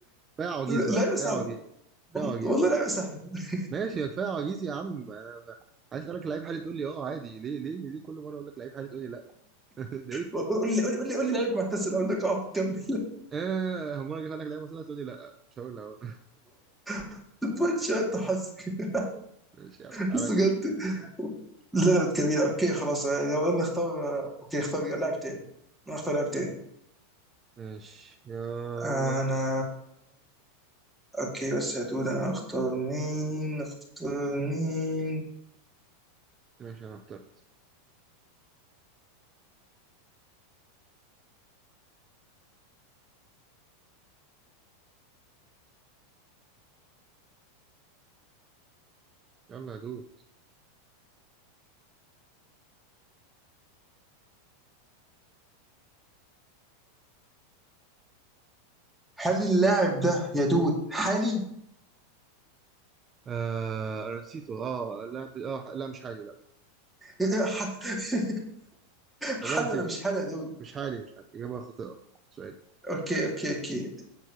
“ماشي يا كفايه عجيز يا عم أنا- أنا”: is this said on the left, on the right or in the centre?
Right